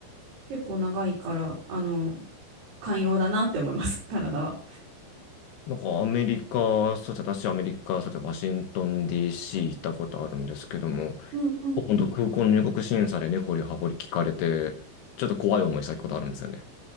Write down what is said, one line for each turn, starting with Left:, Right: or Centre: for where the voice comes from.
Right: 結構長いから、あの、寛容だなって思います <laughs> カナダは。
Left: なんかアメリカ、そうですね、私アメリカ、そうですね、ワシントン DC 行ったことあるんですけども、
Right: うんうんうん。
Left: 本当空港の入国審査でねほりはほり聞かれて、ちょっと怖い思いしたことあるんですよね。